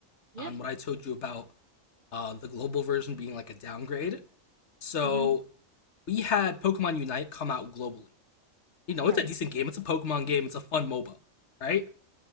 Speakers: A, on the right; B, on the left.
A: Yeah.
B: on what I told you about uh, the global version being like a downgrade. So
A: Mm-hmm.
B: we had Pokemon Unite come out globally. You know,
A: Right.
B: it's a decent game. It's a Pokemon game. It's a fun MOBA, right?